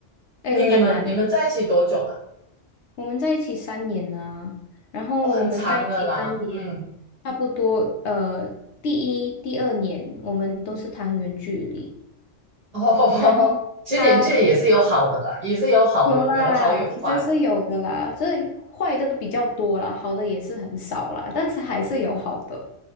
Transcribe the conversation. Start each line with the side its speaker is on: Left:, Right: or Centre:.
Left: 哎，
Right: 你你们你们在一起多久了？
Left: 很难。我们在一起三年了啊然后我们在一起三年，
Right: 哦，很长了啦，嗯，
Left: 差不多呃，第一、第二年我们都是谈远距离，
Right: 哦，<laughs>
Left: 然后
Right: 其实远距离也是有好的啦，
Left: 他
Right: 也是有好有有好有坏啦。
Left: 有啦，其实是有的啦，所以坏的比较多啦，好的也是很少啦，但是还是有好的，